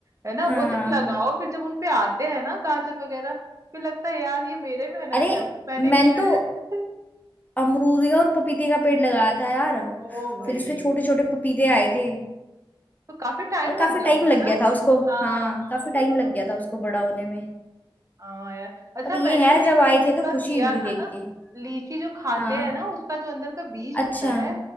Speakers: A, on the right (about 35°); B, on the left (about 20°).
A: है ना
B: हाँ
A: वो जब लगाओ फिर जब उनपे आते हैं ना गाजर वगैरह फिर लगता है यार ये मेरे मेहनत
B: अरे
A: है मतलब मैंने
B: मैंने
A: किया
B: तो
A: है <laughs>
B: अमरूद का और पपीते का पेड़ लगाया था यार
A: ओ भाई
B: फिर उसपे छोटे छोटे पपीते आए थे
A: तो काफी टाइम
B: पर
A: लग
B: काफी
A: गया
B: टाइम
A: होगा
B: लग
A: ना
B: गया था उसको
A: हाँ
B: हाँ
A: हाँ
B: काफी टाइम
A: वही
B: लग
A: तो
B: गया था उसको बड़ा होने में
A: हाँ यार अच्छा
B: पर ये
A: मैंने
B: है
A: भी ऐसे
B: जब आए
A: एक
B: थे तो
A: बार
B: खुशी
A: किया
B: हुई थी
A: था
B: देख
A: ना
B: के
A: लीची जो खाते
B: हाँ
A: हैं ना उसका जो अंदर का बीज
B: अच्छा
A: होता है